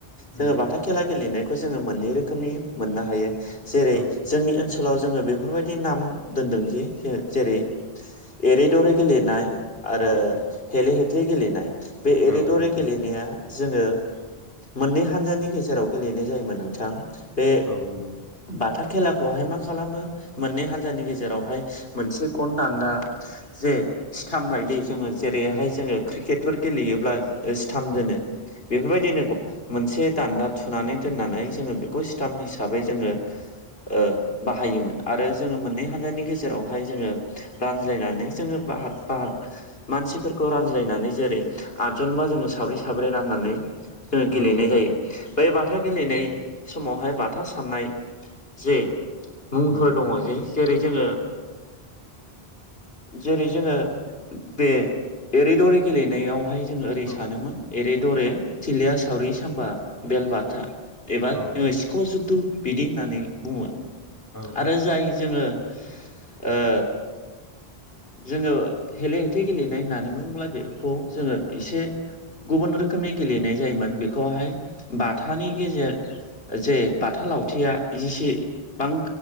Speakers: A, on the left; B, on the left.
A: उम
B: जोङो बाथा- खेला गेलेनायखौ जोङो मोनै रोखोमनि मोननो हायो जेरै
A: औ
B: जोंनि ओनसोल- लाव जोङो बेफोरबायदि नाम दोनदोंखि जे-ज जेरै एरै दरै गेलेनाय। आरो
A: औ
B: हेले-हेथे गेलेनाय। बे एरे-दरि
A: औ औ
B: गेलेनाया जोङो मोननै हानजानि गेजेराव गेलेनाय जायोमोन नोंथां। बे
A: औ नंगौ
B: बाथा खेलाखौहाय मा खालामो मोननै हान्जानि गेजेरावहाय मोनसे गन दान्दा जे स्थाम बायदि जोङो जेरैहाय जोङो क्रिकेट फोर गेलेयोब्ला सिथाम
A: औ
B: दोनो बेफोरबायदिनो मोनसे दान्दा थुनानै दोननानै जोङो बेखौ स्टाम हिसाबै जोङो ओ बाहायोमोन आरो जोङो मोननै हानजानि गेजेरावहाय जोङो रानज्लायनानै जोङो बाहाग बाहाग मानसिफोरखौ रानज्लायनानै जेरै आदजनबा जोङो साब्रै साब्रै राननानै जोङो गेलेनाय
A: औ औ
B: जायो। बै बाथा गेलेनाय समावहाय बाथा साननाय जे मुंफोर
A: उम
B: दङ जे जेरै जोङो जेरै जोङो बे
A: औ
B: एरे-दरे गेलेनायावहाय जोङो ओरै
A: औ
B: सानोमोन एरे-दरे थिलिया सावरि सामबा बेलबाथा। एबा
A: औ
B: जोङो सिखाव' जुद्ध बिदि होननानै बुङोमोन।
A: औ
B: आरो जाय जोङो ओ जोङो हेले-हेथे गेलेनाय होननानै बुङोब्ला बेखौ जोङो एसे गुबुन रोखोमनि गेलेनाय जायोमोन। बेखौहाय बाथानि गेजेर- जे बाथा लावथिया जेसेबां